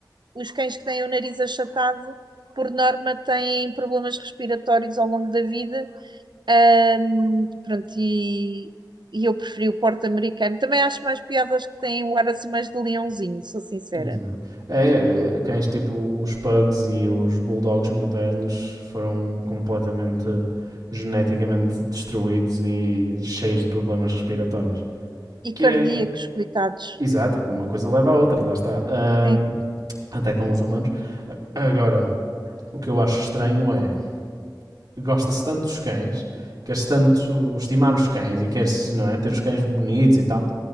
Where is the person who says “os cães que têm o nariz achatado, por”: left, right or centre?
Right